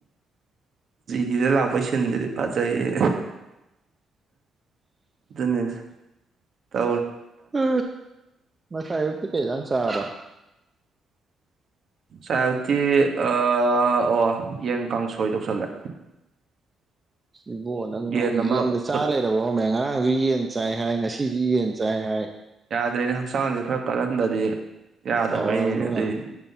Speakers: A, on the right; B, on the right.
A: ꯗꯤꯗ ꯂꯥꯛꯑꯣꯄꯩꯁ ꯅꯖꯗꯤꯄꯥꯖꯏꯌꯦ ꯅꯤ ꯇ
B: ꯎ ꯃꯁꯥ ꯑꯌꯨꯛꯇꯤ ꯀꯩ ꯌꯥꯝꯪ ꯆꯥꯔꯕ
A: ꯁꯥꯏꯕꯇꯤ ꯑꯣ ꯌꯦꯟ ꯀꯥꯡꯁꯣꯏ ꯇꯧꯁꯜꯂꯦ
B: ꯏꯕꯣ ꯅꯪꯅ
A: ꯌꯦꯟ ꯑꯃ
B: ꯌꯦꯟꯗ ꯆꯥ
A: ꯐꯨꯠ
B: ꯂꯩꯔꯕꯝꯃꯦ ꯉꯔꯥꯡꯁꯨ ꯌꯦꯟ ꯆꯥꯏ ꯍꯥꯏ ꯉꯁꯤ ꯁꯤꯁꯤ ꯌꯦꯟ ꯆꯥꯏ ꯍꯥꯏ
A: ꯑꯗꯨꯏꯅꯦ ꯍꯛꯆꯥꯡꯁ ꯈꯔ ꯀꯜꯍꯟꯗꯗꯤ ꯌꯥꯗꯕꯩꯅꯤꯅꯦ
B: ꯇꯧꯔꯅꯨꯅ
A: ꯑꯗꯨꯏꯅꯤ